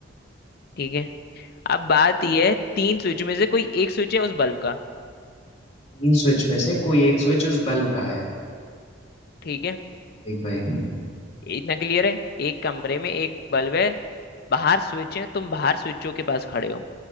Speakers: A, on the left; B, on the left.
A: ठीक है अब बात यह है तीन स्विच में से कोई एक स्विच है उस बल्ब का
B: तीन स्विच में से कोई एक स्विच उस बल्ब का है
A: ठीक है
B: ठीक भाई
A: इतना क्लियर है एक कमरे में एक बल्ब है बाहर स्विच है तुम बाहर स्विचों के पास खड़े हो